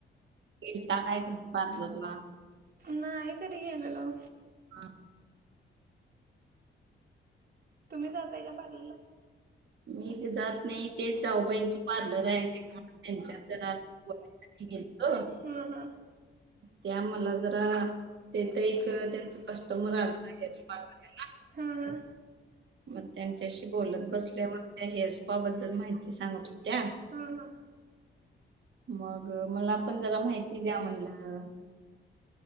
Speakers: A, on the right (about 70°); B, on the right (about 50°).
A: येता कधी काय पार्लरला.
B: नाही कधी गेलेलो.
A: हा.
B: तुम्ही जाताय का पार्लरला?
A: मी जात नाही तेच जाऊबाईंच पार्लर आहे. ते <unintelligible> त्यांच्यात जरा <unintelligible> हो.
B: हा हा.
A: त्या मला जरा ते तर एक त्यांच कस्टमर आलंत हेअर स्पा करायला.
B: हा हा.
A: मग त्यांच्याशी बोलत बसल्यावर त्या हेअर स्पा बद्दल माहिती सांगत होत्या.
B: हा हा.
A: मग मला पण जरा माहिती द्या म्हणलं.